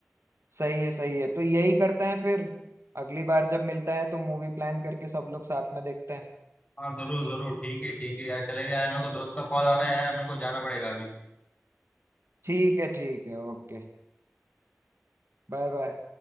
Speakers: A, on the right; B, on the left.
A: सही है सही है तो यही करते हैं फिर अगली बार जब मिलता है तो मूवी प्लान करके सब लोग साथ में देखते हैं
B: हाँ जरूर जरूर ठीक है ठीक है यार चलेगा यार मेरे को दोस्त का कॉल आ रहा है यार मेरे को जाना पड़ेगा अभी
A: ठीक है ठीक है ओके Bye bye